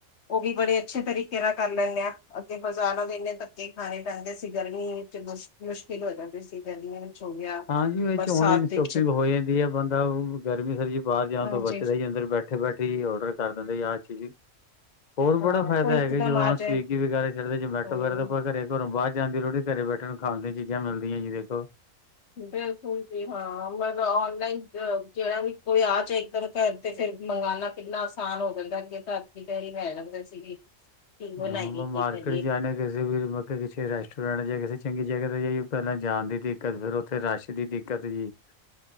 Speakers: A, on the left; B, on the left.
A: ਓ ਵੀ ਬੜੇ ਅੱਛੇ ਤਰੀਕੇ ਨਾਲ ਕਰ ਲੈਂਨੇ ਆ। ਤੇ ਬਜਾਰਾਂ ਇੰਨੇ ਧੱਕੇ ਖਾਣੇ ਪੈਂਦੇ ਸੀ। ਗਰਮੀ ਵਿੱਚ ਮੁਸ਼ ਮੁਸ਼ਕਲ ਹੋ ਜਾਂਦੀ ਸੀ। ਗਰਮੀਆਂ ਵਿੱਚ ਹੋ ਗਿਆ
B: ਹਾਂਜੀ ਵਿੱਚ
A: ਬਰਸਾਤ
B: ' ਓਨਲਾਈਨ ਸ਼ੋਪਿੰਗ
A: ਵਿੱਚ
B: ਹੋ ਜਾਂਦੀ ਐ। ਬੰਦਾ ਗਰਮੀ, ਸਰਦੀ ਬਾਰ ਜਾਣ
A: ਹਾਂਜੀ
B: ਤੋਂ ਬਚਦਾ ਅੰਦਰ ਬੈ ਬੈਠੇ -ਬੈਠੇ ਈ, ਔਰਡਰ ਕਰ ਦੇਂਦੇ ਆ ਚੀਜ ਹੋਰ
A: ਹਾਂ
B: ਬੜਾ ਫਾਏਦਾ
A: ਕੋਈ
B: ਹੈਗਾ
A: ਇਕਦਮ
B: ਜੋ ਜਵਾਕ
A: ਆ
B: ਸਵੀਗੀ
A: ਜਾਏ
B: ਵਗੈਰਾ ਚੜਦੇ ਜਮੈਟੋ
A: ਹਮ
B: ਵਗੈਰਾ ਆਪਾਂ ਘਰੇ ਘਰੋਂ ਬਾਰ ਜਾ ਦੀ ਲੋੜ ਨੀਂ, ਘਰੇ ਬੈਠਣ ਨੂੰ ਖਾਣ ਦੀਆਂ ਚੀਜ਼ਾਂ ਮਿਲਦੀਆਂ ਜੀ ਦੇਖੋ।
A: ਬਿਲਕੁਲ ਜੀ ਹਾਂ ਮਤਲ ਓਨਲਾਈਨ ਜੇਹੜਾ ਵੀ ਕੋਈ ਆ ਚੇ ਇੱਕਦਮ ਕਰ ਤੇ ਫੇਰ ਮੰਗਵਾਉਣਾ। ਕਿੰਨਾ ਆਸਾਨ ਹੋ ਜਾਂਦਾ ਕਿ ਘਰ ਤੀ ਤੇ ਹੀ ਲੈ ਜਾਂਦੇ ਸੀਗੇ ਕੀ ਬਣਾਈਏ
B: ਹੁਨ ਮੈਂ ਮਾਰਕੀਟ
A: ਕੀ ਕਰੀਏ
B: ਜਾਨੈ ਕਿਸੀ ਵੀ ਕੀਮਤ ਵਿਚ। ਰੈਸਟੋਰੈਂਟ ਜਾਂ ਕਿਸੇ ਚੰਗੀ ਜਗ੍ਹਾ ਤੇ ਜਾਇਏ, ਪੈਲਾਂ ਜਾਨ ਦੀ ਦਿੱਕਤ ਫੇਰ ਉੱਥੇ ਰਾਸ਼ ਦੀ ਦਿੱਕਤ ਜੀ।